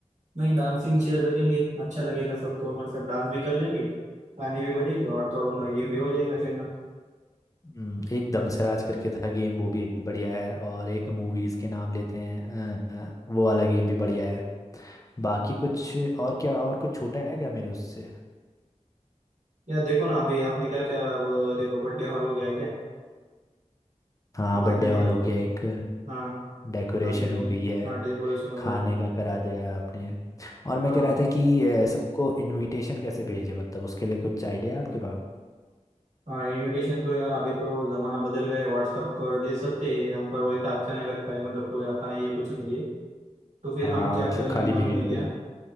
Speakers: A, on the right; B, on the left.
A: नहीं डांसिंग चेयर रखेंगे अच्छा लगेगा सबको मतलब डांस भी कर लेंगे गाने भी बजेंगे और तो और उनका गेम भी हो जाएगा खेलना
B: हम्म, एक दमसराज करके था गेम वो भी बढ़िया है और एक मूवीज के नाम लेते हैं अ, वो वाला गेम भी बढ़िया है बाकी कुछ और क्या और कुछ छोटा है क्या मेरे उससे
A: यार देखो ना अभी आपने क्या क्या वो देखो बर्थडे हॉल हो गया क्या
B: हाँ
A: बाद
B: बर्थडे
A: में
B: हॉल हो गया एक
A: हाँ
B: डेकोरेशन
A: बाद में
B: हो गई है
A: हाँ डेकोरेशन हो
B: खाने
A: गया
B: का करा दिया है आपने और मैं
A: हाँ
B: कह रहा था कि अ, सबको इनविटेशन कैसे भेजे मतलब उसके लिए कुछ आइडिया है आपके पास
A: हाँ इनविटेशन तो यार अभी तो जमाना बदल गया है व्हाट्सअप कर दे सकते हैं हम पर वैसा अच्छा नहीं लगता है मतलब कोई आता नहीं है कुछ नहीं है तो फिर
B: हाँ
A: हम क्या
B: मतलब
A: करेंगे
B: खाली
A: मालूम
B: भेज
A: है क्या
B: दिया